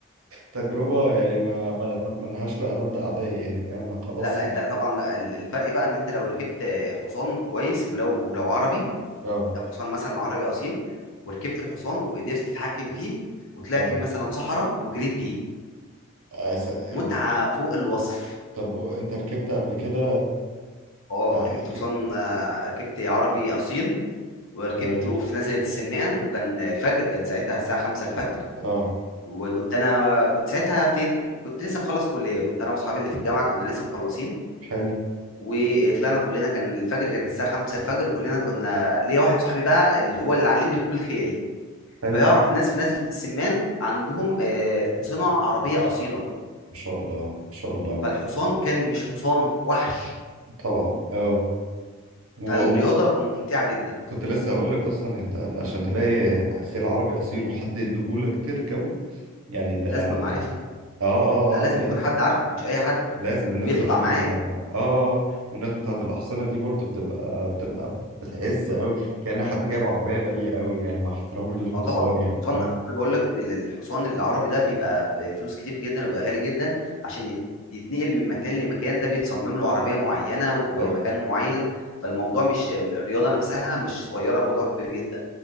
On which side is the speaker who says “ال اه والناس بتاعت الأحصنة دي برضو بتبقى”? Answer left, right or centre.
Right